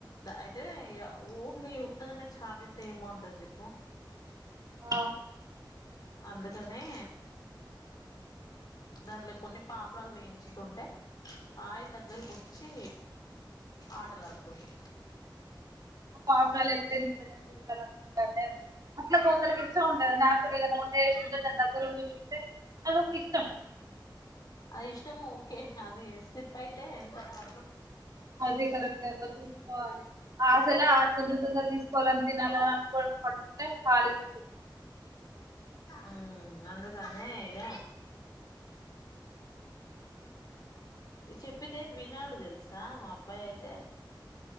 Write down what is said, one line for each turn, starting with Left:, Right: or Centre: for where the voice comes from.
Left: అయితే అయితే ఉత్తగానే చార్ తింటే ఏ బాగుంటది జప్పు
Right: ఆ
Left: అందుకనే దానిలో కొన్ని పాపరాలు వేయించుతుంటే ఆయిల్ దగ్గరకు వచ్చి ఆటలాడుతుడు
Right: పాపలు చూడాలనుకుంటారనేమో అట్లా కొందరికి ఇష్టం ఉంటంది నాకు గుడి ఏద ఉండే సందర్ దాని దగ్గరుండి చూస్తే అదక ఇష్టం
Left: అది ఇష్టము ఓకే అది స్లిప్ అయితే ఎంత ప్రాబ్లం
Right: అది కరెక్ట్ చూసుకోవాలి ఆసలే ఆ తొందర తొందరలు తీసుకోవాలని తినాలని అనుకోవడం పట్టుకుంటే చాల ఇ
Left: ఉ అందుకనేే ఇద చెప్పితే వినాడు తెలుసా మా అబ్బాయి అయితే